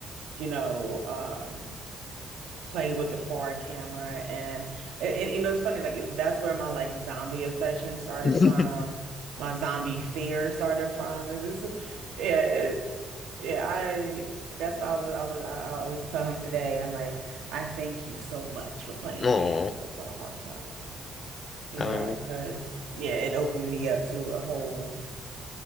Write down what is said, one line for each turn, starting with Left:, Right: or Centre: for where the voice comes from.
Right: you know, um play with the forward camera and, and, and, you know it's funny like that's where my like zombie obsession started
Left: <laughs>
Right: from, my zombie fear started from. And this is yeah, it, yeah, I that's why I was I was I, I always tell him today. I'm like, I thank you so much for playing
Left: Oh,
Right: games. I tell him all the time. You
Left: um,
Right: know, because yeah, it opened me up to a whole